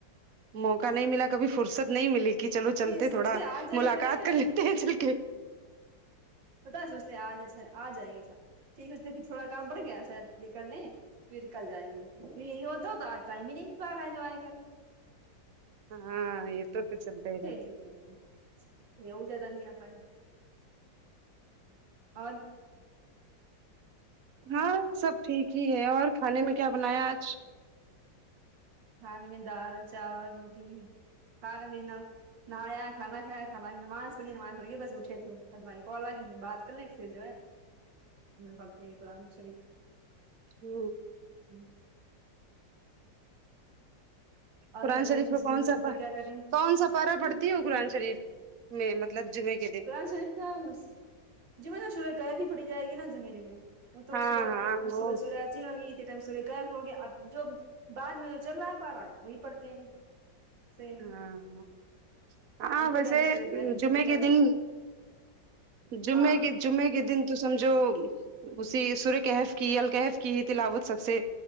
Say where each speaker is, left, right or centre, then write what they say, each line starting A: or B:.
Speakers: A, on the right (about 55°); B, on the right (about 80°).
A: موقع نہیں ملا کبھی فرصت نہیں ملی کہ چلو چلتے
B: نہیں سوچتے
A: تھوڑا
B: آ جائیں
A: ملاقات
B: کل
A: کر لیتے ہیں چل کے
B: پتہ سوچتے آج اچا آج جائیں گےچا ٹھیک ہوتے پھر تھوڑا کام پڑ گیا شاید یہ کرنے پھرکل جائیں گے یہی ہوتا ہو تو آج ٹائم ہی نہیں نک رہ ہے جو آئےیں گھر
A: ہاں ایکت روپ چلتا رہے
B: جی تو ا جتا نہیں اپائے اور
A: ہاں سب ٹھیک ہی ہے اور کھانے میں کیا بنایا آج
B: کھانے میں دال چاول روٹی کھا لے نہ نہایا کھا کایا کھا نماز پڑھی نماز پڑی بس اٹھے تھے کو الگے نہیں بات کر ل پھر جو ہے ہ ببت کو چ
A: ہوں
B: ہوں اور
A: قرآن
B: گھر
A: شریف
B: پہ خوشبو
A: کو کون
B: لوگ سب
A: سا
B: لوگ کیا کر رہے ہیں
A: کون سا پارا پڑتی
B: ہ
A: ہو قرآن شریف میں مطلب جمعے کے د ن
B: اں س جمے نہ شور گ ہی پڑی جائے گی نا جمے جمے وہ تو
A: ہاں
B: صبح
A: ہاں وہ
B: صبح سبے آچ نہ گ ٹم سور کہف ہو گیا اب جو بعد میں جو چل رہا پا رہا ہے وہی پڑھتے ہیں سے
A: ہاں
B: ایتے
A: ہاں ویسے
B: ٹائم سورج کی ہی
A: جمعے
B: پڑی جائے
A: کے دن
B: گی
A: جمعے
B: ہاں
A: کے جمعے کے دن تو سمجھو اسی سور کہف کی الکحف کی ہی تلاوت سب سے